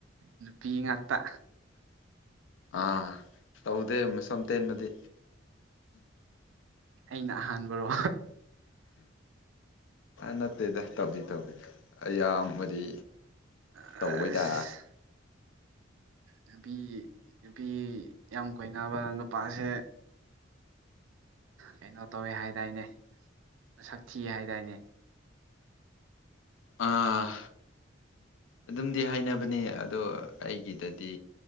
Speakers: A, on the right (about 80°); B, on the left (about 75°).
A: ꯅꯨꯄꯤ ꯉꯥꯛꯇ
B: ꯑꯥ ꯇꯧꯗꯦ ꯃꯁꯝ ꯇꯦꯟꯕꯗꯤ
A: ꯑꯩꯅ ꯑꯍꯥꯟꯕꯔꯣ?
B: ꯅꯠꯇꯦꯗ ꯇꯧꯗꯤ ꯇꯧꯗꯤ ꯑꯌꯥꯝꯕꯗꯤ
A: ꯑꯁ
B: ꯇꯧꯋꯦꯗ
A: ꯅꯨꯄꯤ ꯅꯨꯄꯤ ꯌꯥꯝ ꯀꯣꯏꯅꯕ ꯅꯨꯄꯥꯁꯦ ꯀꯩꯅꯣ ꯇꯧꯋꯦ ꯍꯥꯏꯗꯥꯏꯅꯦ ꯃꯁꯛ ꯊꯤꯌꯦ ꯍꯥꯏꯗꯥꯏꯅꯦ
B: ꯑꯥ ꯑꯗꯨꯝꯗꯤ ꯍꯥꯏꯅꯕꯅꯤ ꯑꯗꯣ ꯑꯩꯒꯤꯗꯗꯤ